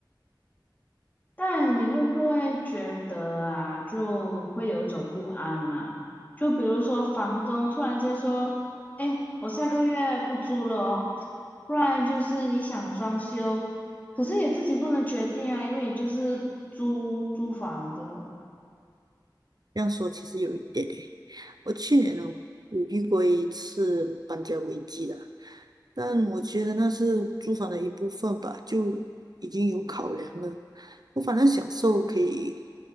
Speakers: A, on the left; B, on the right.
A: 但你会不会觉得啊，就会有一种不安呐、就比如说房东突然间说：“哎，我下个月不租了哦。”不然就是你想装修，可是也自己不能决定啊，因为你就是租租房的。
B: 这样说其实有一点诶，我去年呢有遇过一次搬家危机的，但我觉得那是租房的一部分吧，就已经有考量了。我反正享受可以